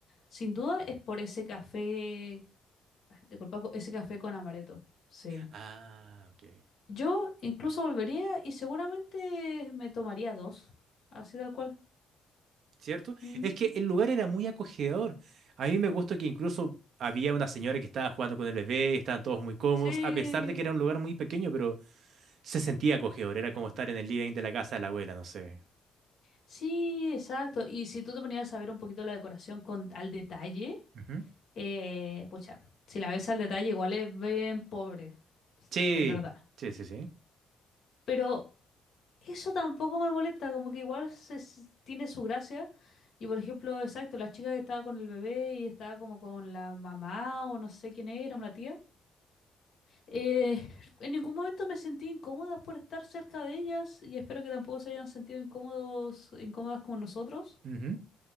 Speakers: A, on the left (about 65°); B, on the right (about 70°).
A: sin duda es por ese café, ah, disculpa, co- ese café con amaretto. Sí.
B: Ah, ok.
A: Yo incluso volvería y seguramente me tomaría dos, así tal cual.
B: ¿cierto?
A: Mm.
B: Es que el lugar era muy acogedor. A mí me gustó que incluso había una señora que estaba jugando con el bebé, y estaban todos muy cómodos,
A: Sí,
B: a pesar de que era un lugar muy pequeño, pero se sentía acogedor. Era como estar en el living de la casa de la abuela, no sé.
A: sí, exacto. Y si tú te ponías a ver un poquito la decoración con al detalle,
B: Ujú.
A: eh, pucha, si la ves al detalle igual es bien pobre,
B: Sí,
A: es verdad.
B: sí, sí, sí.
A: Pero Eso tampoco me molesta, como que igual se, s- tiene su gracia. Y por ejemplo, exacto, la chica que estaba con el bebé y estaba como con la mamá o no sé quién era, una tía. eh, <laughs> en ningún momento me sentí incómoda por estar cerca de ellas y espero que tampoco se hayan sentido incómodos, incómodas con nosotros.
B: Ujú, ujú.